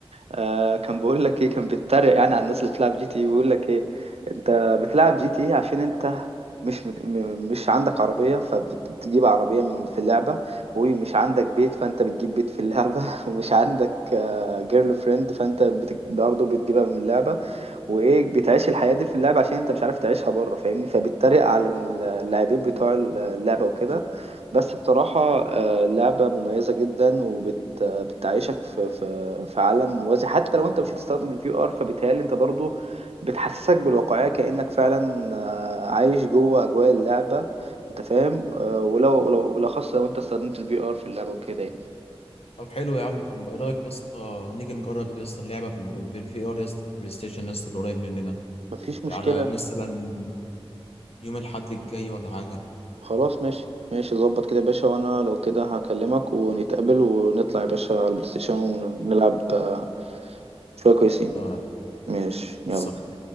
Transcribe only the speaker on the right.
آه كان بيقول لك ايه كان بيتريق يعني على الناس اللي بتلعب جي تي ايه بيقول لك ايه انت بتلعب جي تي ايه عشان انت مش مد... م- مش عندك عربية فبتجيب عربية من في اللعبة ومش عندك بيت فانت بتجيب بيت في اللعبة <laughs> ومش عندك آه جيرل فريند فانت بت... برضه بتجيبها من اللعبة وايه بتعيش الحياه دي في اللعب عشان انت مش عارف تعيشها بره فاهمني فبتتريق على اللاعبين بتوع اللعبه وكده بس بصراحه آه، لعبه مميزه جدا وبتعيشك في في في عالم موازي حتى لو انت مش هتستخدم الفي ار فبيتهيألي انت برضو بتحسسك بالواقعيه كانك فعلا آه، عايش جوه اجواء اللعبه انت فاهم آه، ولو ولو بالاخص لو انت استخدمت الفي ار في اللعبه وكده يعني
مفيش مشكله
خلاص ماشي ماشي ظبط كده يا باشا وانا لو كده هكلمك ونتقابل ونطلع يا باشا على البلاي ستيشن ونلعب آه، شوية كويسين
ماشي
يلا